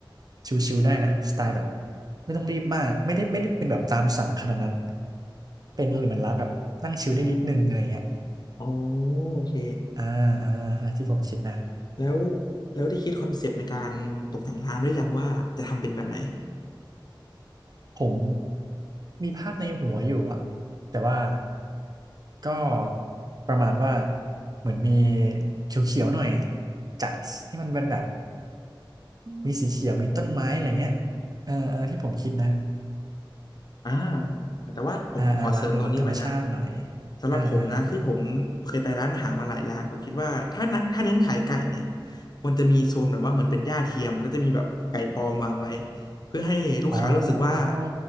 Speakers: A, on the right; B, on the left.
A: ชิวๆได้นะสไตล์แบบไม่ต้องรีบมากไม่ได้ไม่ได้เป็นแบบตามสั่งขนาดนั้นเป็นหรือเหมือนร้านแบบนั่งชิลได้นิดนึงอะไรเงี้ย
B: อ๋ออ๋อโอเค
A: อ่าอ่าที่ผมคิดนะ
B: แล้วแล้วได้คิดคอนเซปต์ในการตกแต่งร้านไว้ยังว่าจะทำเป็นแบบไหน
A: ผมมีภาพในหัวอยู่อะแต่ว่าก็ประมาณว่าเหมือนมีเขียวๆหน่อยจัดให้มันเป็นแบบมีสีเขียวมีต้นไม้อะไรเงี้ย
B: อืม
A: เออเออที่ผมคิดนะ
B: อ่าแต่ว่าผมผมขอเสริมตรงนี้ไปนะ
A: อ่าอ่าร้านดูแบบธรรมชาติหน่อย
B: สำหรับผมนะที่ผมเคยไปร้านอาหารมาหลายร้านผมคิดว่าถ้าน่ะถ้าเน้นขายไก่เนี่ย
A: อ่าอ่าครับ
B: ควรจะมีโซนแบบว่าเหมือนเป็นหญ้าเทียมแล้วจะมีแบบไก่ปลอมวางไว้เพื่อให้ลูกค้ารู้สึกว่า
A: อ๋อ